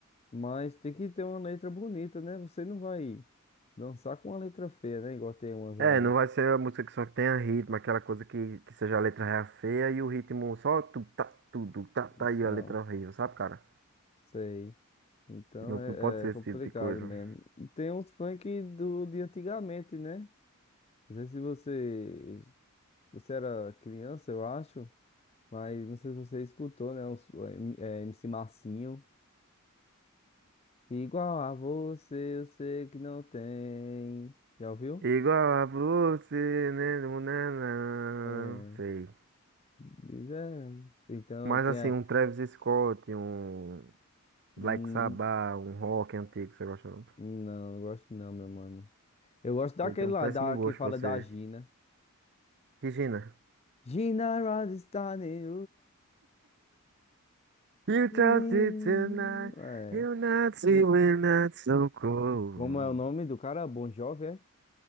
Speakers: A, on the left; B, on the right.
A: mas tem que ter uma letra bonita, né? Você não vai dançar com uma letra feia, né? Igual tem umas
B: É,
A: aí.
B: não vai ser a música que só tenha ritmo, aquela coisa que, que seja a letra ré feia e o ritmo só tu tá tudo tá tá
A: Então,
B: e a letra horrível, sabe, cara?
A: sei. Então
B: Não,
A: é,
B: não pode ser
A: é complicado
B: esse tipo de coisa.
A: mesmo. Tem uns funk do, de antigamente, né? Não sei se você, você era criança, eu acho, mas não sei se você escutou, né? Uns, é, M- é, MC Marcinho. Igual a você, eu sei que não tem. Já ouviu?
B: Igual a você, né, não, né, não,
A: É,
B: sei.
A: diz, é. Então
B: Mas
A: tem.
B: assim,
A: É,
B: um Travis Scott, um Black
A: hum,
B: Sabbath, um rock antigo, você gosta não?
A: não, não gosto não, meu mano. Eu gosto daquele
B: Ele tem um
A: lá,
B: péssimo
A: da,
B: gosto,
A: que fala
B: você.
A: da Gina.
B: Regina.
A: Gina Rod está in
B: You talk
A: Menino.
B: to tonight,
A: É.
B: you're not see
A: Quem-
B: we're not so cold.
A: Como é o nome do cara? Bon Jovi, é?